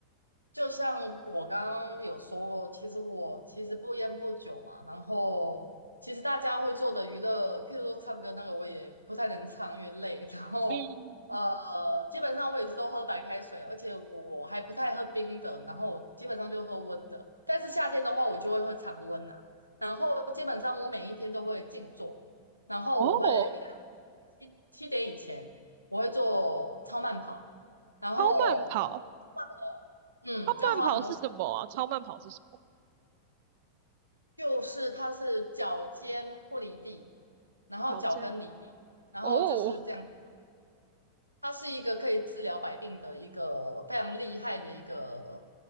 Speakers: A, on the left (about 85°); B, on the right (about 50°).
A: 就像我刚刚有说过，其实我其实不烟不酒嘛，然后其实大家会做的娱乐，譬如说唱歌那个，我也不太能唱，因为累。<laughs> 然后呃，
B: 嗯，
A: 基本上我也是都喝白开水，而且我还不太喝冰的，然后我基本上就喝温的。但是夏天的话，我就会喝常温呐、然后基本上我每一天都会静坐，然后我会一大
B: 哦，
A: 七七点以前我会做超慢跑，然后。
B: 超慢跑，
A: 慢嗯，
B: 超慢跑是什么啊？
A: 要花很多时间，
B: 超慢跑是什么？
A: 就是它是脚尖不离地，然后脚跟离地，
B: 跑间
A: 然后就是这样。
B: 哦，
A: 它是一个可以治疗百病的一个非常厉害的一个